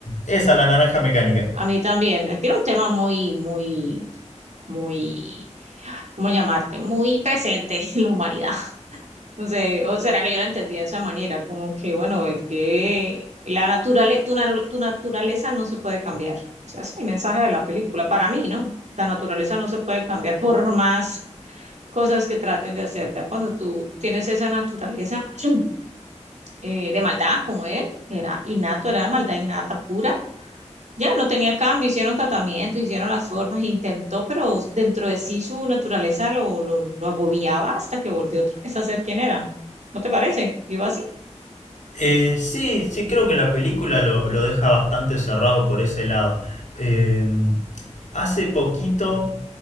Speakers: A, on the left (about 75°); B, on the right (about 70°).
A: Esa, la naranja mecánica.
B: A mí también. Eh, Tiene un tema muy, muy, muy, ¿cómo llamarte? Muy presente <laughs> en la humanidad. No sé, o será que yo la entendí de esa manera, como que, bueno, el que la naturale, tu, naru- tu naturaleza no se puede cambiar. O sea, ese es el mensaje de la película. Para mí, ¿no? La naturaleza no se puede cambiar por más cosas que trates de hacer. Ya cuando tú tienes esa naturaleza <clears throat> eh, de maldad como él, que era innato, era maldad innata pura ya no tenía cambio, hicieron tratamiento, hicieron las formas, intentó, pero dentro de sí su naturaleza lo, lo, lo agobiaba hasta que volvió otra vez a ser quien era. ¿No te parece? Iba así.
A: Eh, sí, sí, creo que la película lo, lo deja bastante cerrado por ese lado. Eh, hace poquito,